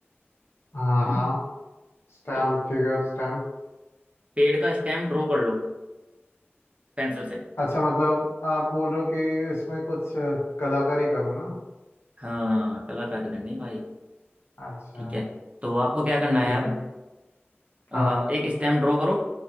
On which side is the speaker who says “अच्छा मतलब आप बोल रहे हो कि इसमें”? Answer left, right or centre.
Left